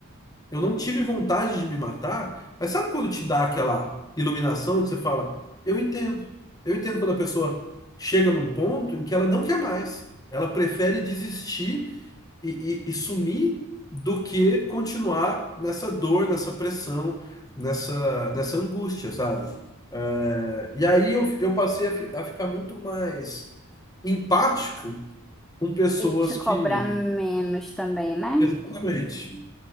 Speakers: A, on the left; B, in the centre.
A: Eu não tive vontade de me matar, mas sabe quando te dá aquela iluminação onde você fala, eu entendo. Eu entendo quando a pessoa chega num ponto em que ela não quer mais. Ela prefere desistir e, e, e sumir do que continuar nessa dor, nessa pressão, nessa, nessa angústia, sabe? É, e aí eu, eu passei a, fi- a ficar muito mais empático com pessoas
B: E te cobrar
A: que.
B: menos também, né?
A: Exatamente.